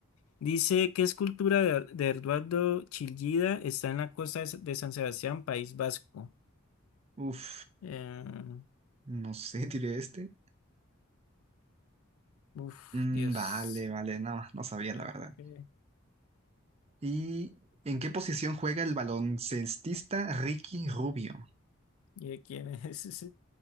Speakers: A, on the left (about 80°); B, on the right (about 30°).
A: Dice, ¿qué escultura de, de Eduardo Chillida está en la costa de, S- de San Sebastián, País Vasco?
B: Uf,
A: Eh,
B: no sé, <laughs> diré este.
A: uf,
B: Mm,
A: Dios.
B: vale, vale, no, no sabía
A: Ah,
B: la verdad.
A: ¿por qué?
B: ¿Y en qué posición juega el baloncestista Ricky Rubio?
A: ¿Y de quién es ese?